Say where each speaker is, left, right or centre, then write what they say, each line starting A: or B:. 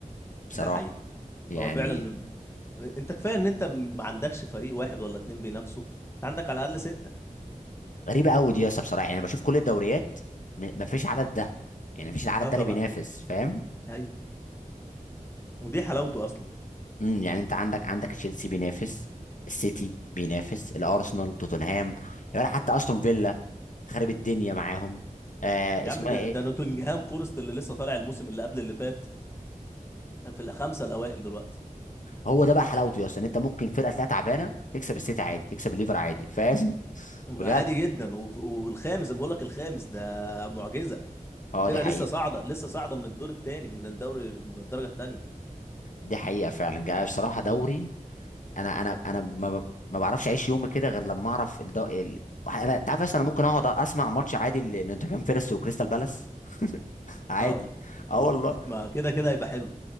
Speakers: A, on the left (about 65°); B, on the left (about 20°).
A: بصراحه
B: ده حقيقه
A: يعني
B: هو فعلا انت كفايه ان انت ما عندكش فريق واحد ولا اتنين بينافسوا انت عندك على الاقل سته
A: غريبه قوي دي يا اسطى بصراحه يعني انا بشوف كل الدوريات م- مفيش عدد ده يعني مفيش العدد
B: اه
A: ده
B: طبعا
A: اللي بينافس فاهم
B: ايوه ودي حلاوته اصلا
A: امم يعني انت عندك عندك تشيلسي بينافس السيتي بينافس الارسنال توتنهام ولا حتى استون فيلا خرب الدنيا معاهم آه
B: يا
A: اسمها
B: عم ده
A: ايه
B: ده نوتنجهام فورست اللي لسه طالع الموسم اللي قبل اللي فات في الخمسه الاوائل دلوقتي
A: هو ده بقى حلاوته يا اسطى ان انت ممكن فرقه تلاقيها تعبانه تكسب السيتي عادي تكسب الليفر عادي فاهم <laughs>
B: عادي
A: بجد
B: جدا وف- والخامس انا بقول لك الخامس ده معجزه
A: اه
B: الفرقه
A: دي حقيقه
B: لسه صاعده لسه صاعده من الدور الثاني من الدوري من الدرجه الثانيه
A: دي حقيقه فعلا جاي بصراحه دوري انا انا انا ما ما بعرفش اعيش يومي كده غير لما اعرف الدو... ال... انا انت عارف اصلا انا ممكن اقعد اسمع ماتش عادي لنوتنجهام فيرست وكريستال بالاس <laughs> عادي
B: اه
A: اه والله
B: ما كده كده هيبقى حلو